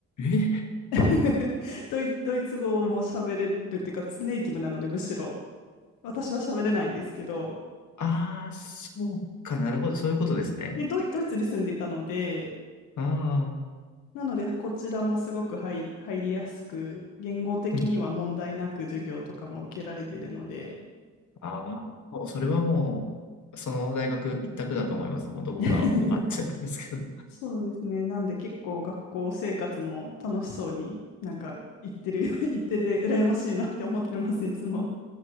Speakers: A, on the left; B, on the left.
A: え
B: <laughs> ドイ、ドイツ語も喋れるっていうか、ネイティブなので、むしろ。私は喋れないんですけど、
A: ああー、そうか、なるほど、そういうことですね。
B: で、ドイ、ドイツに住んでいたので、
A: ああ、
B: なので、こちらもすごく入、入りやすく、言語的には問題なく授業とかも受けられているので、
A: うん。ああ、もうそれはもう、その大学一択だと思います。もうどこが分かっちゃったんですけど。
B: <laughs> そうですね、なんで結構学校生活も楽しそうに、なんか行ってるよ、<laughs> 行ってるで、羨ましいなって思ってます、いつも。